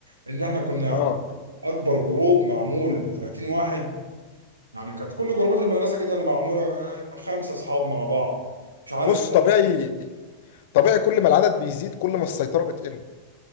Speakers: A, on the right; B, on the left.
A: ان احنا كنا
B: اه
A: اكبر جروب معمول 30 واحد يعني كانت كل جروبات المدرسه كده اللي معموله آه، خمسه اصحاب مع بعض مش عارف
B: بص
A: أب-
B: طبيعي طبيعي كل ما العدد بيزيد كل ما السيطرة بتقل